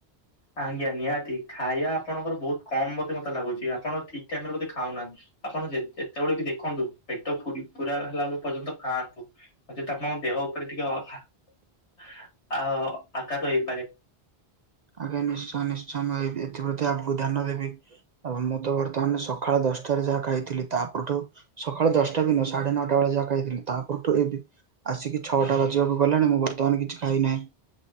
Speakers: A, on the left; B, on the right.
A: ଆଜ୍ଞା ନିହାତି ଖାଇବା ଆପଣଙ୍କର ବହୁତ କମ୍ ବୋଧେ ମୋତେ ଲାଗୁଛି ଆପଣ ଠିକ ଟାଇମ ରେ ବୋଧେ ଖାଉନାହାନ୍ତି। ଆପଣ ଯେ ଏତେବେଳେ ବି ଦେଖନ୍ତୁ ପେଟ ପୁର ହେଲା ପର୍ଯ୍ୟନ୍ତ ଖାଆନ୍ତୁ। ଅଚେତ ଆପଣଙ୍କ ଦେହ ଉପରେ ଟିକେ ଆ ଆଘାତ ହେଇପାରେ।
B: ଆଜ୍ଞା ନିଶ୍ଚୟ ନିଶ୍ଚୟ ମୁଁ ଏଥିପ୍ରତି ଆଗକୁ ଧ୍ୟାନ ଦେବି। ଆ ମୁଁ ତ ବର୍ତ୍ତମାନ ସକାଳ ଦଶଟାରେ ଯାହା ଖାଇଥିଲି ତା ପରଠୁ ସକାଳ ଦଶଟା ଦିନ ସାଢେ ନଅଟା ବେଳେ ଯାକ ହେଇଥିଲି ତା ପରଠୁ ଏବେ ଆସିକି ଛଅଟା ବାଜିବାକୁ ଗଲେଣି ମୁଁ ବର୍ତ୍ତମାନ କିଛି ଖାଇନାହିଁ।